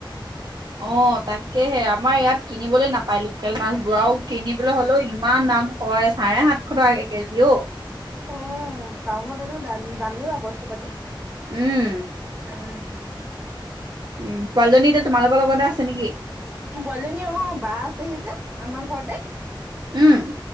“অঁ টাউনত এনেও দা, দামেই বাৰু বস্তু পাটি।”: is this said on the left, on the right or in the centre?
Right